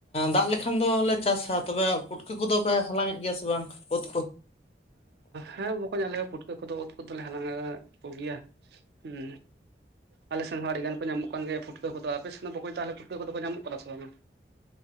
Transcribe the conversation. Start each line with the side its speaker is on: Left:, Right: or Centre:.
Left: ᱫᱟᱜ ᱞᱮᱠᱷᱟᱱ ᱫᱚᱞᱮ ᱪᱟᱥᱟ ᱛᱚᱵᱮ ᱯᱩᱴᱠᱟᱹ ᱠᱚᱫᱚᱯᱮ ᱦᱟᱞᱟᱝ ᱮᱫ ᱜᱮᱭᱟ ᱥᱮ ᱵᱟᱝ ᱚᱛ?
Right: ᱦᱮᱸ ᱵᱟᱚᱠᱷ ᱟᱞᱮ ᱦᱚᱸ ᱯᱩᱴᱠᱟᱹ ᱠᱚᱫᱚᱹᱹᱹᱹ ᱯᱷᱩᱴ ᱫᱚᱞᱮ ᱦᱟᱞᱟᱝᱮᱫ ᱠᱚᱜᱮᱭᱟ ᱦᱸ ᱟᱞᱮ ᱥᱮᱱ ᱦᱚᱸ ᱟᱹᱰᱤ ᱜᱟᱱ ᱠᱚ ᱧᱟᱢᱚᱜ ᱠᱟᱱ ᱜᱮᱭᱟ ᱯᱷᱩᱴ ᱯᱩᱛᱟᱹᱫᱚᱯᱮ ᱥᱮ ᱫᱚᱠᱚ ᱛᱟᱦᱚᱞᱮ ᱯᱴᱟᱹ ᱠᱚ ᱧᱟᱢᱚᱜ ᱠᱟᱱᱟ ᱥᱮ ᱵᱟᱝᱼᱟ᱾